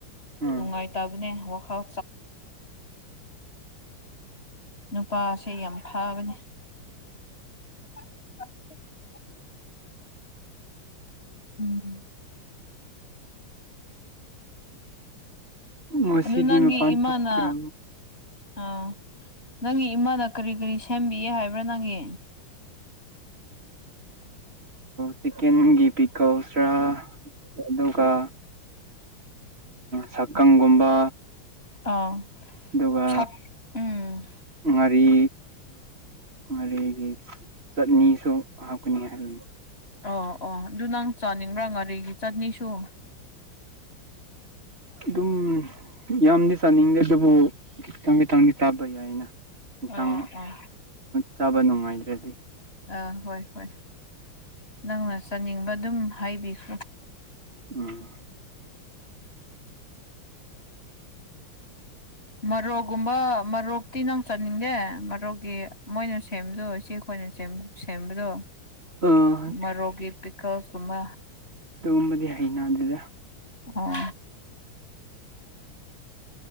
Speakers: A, on the right; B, on the left.
A: ꯎꯝ
B: ꯅꯨꯡꯉꯥꯏꯇꯕꯅꯦ ꯋꯥꯈꯥꯎ ꯅꯨꯄꯥꯁꯦ ꯌꯥꯝ ꯐꯥꯕꯅꯦ <unintelligible> ꯎꯝ
A: ꯉꯁꯤꯗꯤ
B: ꯑꯗꯨ ꯅꯪꯒꯤ
A: ꯃꯄꯥꯟ
B: ꯏꯃꯥꯅ
A: ꯊꯣꯛꯇ꯭ꯔꯣ
B: ꯑ ꯅꯪꯒꯤ ꯏꯃꯥꯅ ꯀꯔꯤ ꯀꯔꯤ ꯁꯦꯝꯕꯤꯌꯦ ꯍꯥꯏꯕ꯭ꯔꯥ ꯅꯪꯒꯤ <unintelligible>
A: ꯆꯤꯛꯦꯟ ꯒꯤ ꯄꯤ ꯀꯧꯁ꯭ꯔꯥ ꯑꯗꯨꯒ ꯁꯛꯀꯪꯒꯨꯝꯕ
B: ꯑꯥ
A: ꯑꯗꯨꯒ
B: ꯁꯛ ꯎꯝ
A: ꯉꯥꯔꯤ ꯃꯔꯤꯒꯤ ꯆꯠꯅꯤꯁꯨ ꯍꯥꯞꯀꯅꯤ ꯍꯥꯏꯕꯅꯤ
B: ꯑꯣ ꯑꯣ ꯑꯗꯨ ꯅꯪ ꯆꯥꯅꯤꯡꯕ꯭ꯔꯥ ꯉꯥꯔꯤꯒꯤ ꯆꯠꯅꯤꯁꯨ
A: ꯑꯗꯨꯝ ꯌꯥꯝꯗꯤ ꯁꯥꯥꯅꯤꯡꯗꯦ ꯑꯗꯨꯕꯨ ꯈꯤꯇꯪ ꯈꯤꯇꯪꯗꯤ ꯆꯥꯕ ꯌꯥꯏꯅ ꯌꯦꯟꯁꯥꯡ
B: ꯑꯥ ꯑꯥ
A: ꯆꯥꯕ ꯅꯨꯡꯉꯥꯏꯗ꯭ꯔꯗꯤ
B: ꯑꯥ ꯍꯣꯏ ꯍꯣꯏ ꯅꯪꯅ ꯆꯥꯅꯤꯡꯕ ꯑꯗꯨꯝ ꯍꯥꯏꯕꯤꯈꯣ
A: ꯑꯥ
B: ꯃꯔꯣꯛꯀꯨꯝꯕ ꯃꯔꯣꯛꯇꯤ ꯅꯪ ꯆꯠꯅꯤꯡꯗꯦ ꯃꯔꯣꯛꯀꯤ ꯃꯣꯏꯅ ꯁꯦꯝꯗꯣ ꯏꯆꯦ ꯈꯣꯏ ꯑꯩꯈꯣꯏꯅ ꯁꯦꯝꯕꯗꯣ
A: ꯑꯥ
B: ꯃꯔꯣꯛꯒꯤ ꯄꯤꯀꯜꯁꯀꯨꯝꯕ
A: ꯑꯗꯨꯕꯗꯤ ꯍꯩꯅ ꯑꯗꯨꯗ
B: ꯑꯣꯥ